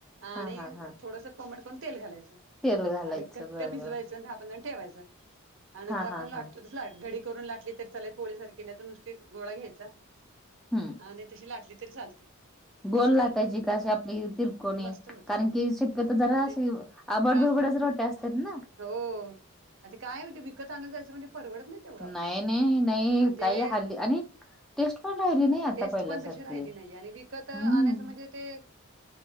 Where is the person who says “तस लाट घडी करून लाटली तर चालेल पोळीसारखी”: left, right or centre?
Right